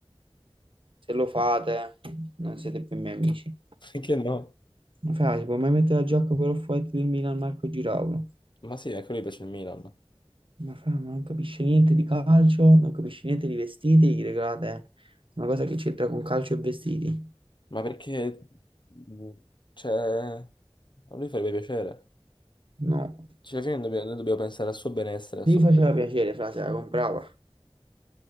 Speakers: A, on the right (about 55°); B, on the left (about 50°).
A: se lo fate non siete più miei amici.
B: <laughs> Perché no?
A: Ma fra, si può mai mettere la giacca per Off-White del Milan Marco Giraulo?
B: Ma sì, anche a lui piace il Milan.
A: Ma fra, ma non capisce niente di calcio, non capisce niente di vestiti, gli regalate una cosa che c'entra con calcio e vestiti?
B: Ma perché... mh, Cioè... A lui farebbe piacere.
A: No.
B: Cioè, alla fine dobbiamo- noi dobbiamo pensare al suo benessere, al
A: Se
B: suo...
A: gli faceva piacere, fra, se la comprava.